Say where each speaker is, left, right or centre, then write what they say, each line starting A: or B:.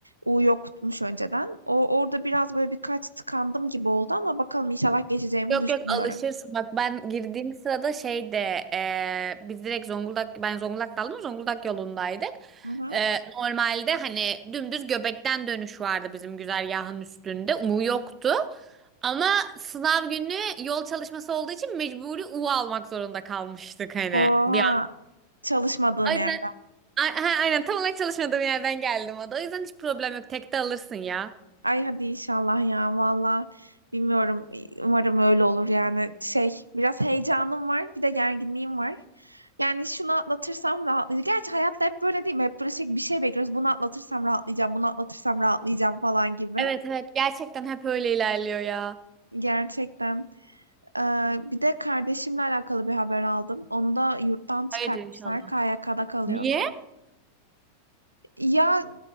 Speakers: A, on the right; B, on the right.
A: U yokmuş önceden. O orada biraz böyle birkaç tıkandım gibi oldu ama bakalım inşallah geçeceğimi
B: Yok
A: düşünüyorum.
B: yok alışırsın. Bak ben girdiğim sırada şeyde e, biz direkt Zonguldak ben Zonguldak'ta aldım Zonguldak yolundaydık.
A: Hı hı.
B: E, normalde hani dümdüz Göbek'ten dönüş vardı bizim güzergahın üstünde. U yoktu. Ama sınav günü yol çalışması olduğu için mecburi U almak zorunda kalmıştık hani
A: Oha,
B: bir
A: çalışmadığın
B: an.
A: yer.
B: A- ha, aynen tam olarak çalışmadığım yerden geldim o da. O yüzden hiç problem yok. Tek de alırsın ya.
A: Ay hadi inşallah ya valla bilmiyorum umarım öyle olur yani şey biraz heyecanım var bir de gerginliğim var. Yani şunu atlatırsam rahatlayacağım. Gerçi hayatta hep böyle değil mi? Hep böyle sürekli bir şey bekliyoruz. Bunu atlatırsam rahatlayacağım, bunu atlatırsam rahatlayacağım falan gibi.
B: Evet evet gerçekten hep öyle ilerliyor ya.
A: Gerçekten. Ee, bir de kardeşimle alakalı bir haber aldım. Onu da yurttan çıkartmışlar.
B: Hayırdır inşallah.
A: KYK'da kalıyordu.
B: Niye?
A: Ya